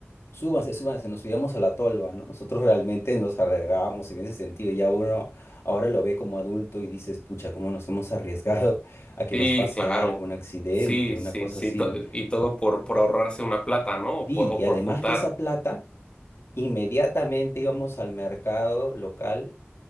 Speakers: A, on the left; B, on the left.
A: Súbanse, súbanse, nos subíamos a la tolva, ¿no? Nosotros realmente nos arriesgábamos en ese sentido. Ya uno ahora lo ve como adulto y dices, pucha, cómo nos hemos arriesgado a que
B: sí,
A: nos pase
B: claro.
A: algo, un accidente,
B: Sí,
A: una
B: sí,
A: cosa
B: sí.
A: así,
B: to-
A: ¿no?
B: y todo por, por ahorrarse una plata, ¿no? O
A: Sí,
B: por, o
A: y además
B: por juntar.
A: que esa plata, inmediatamente íbamos al mercado local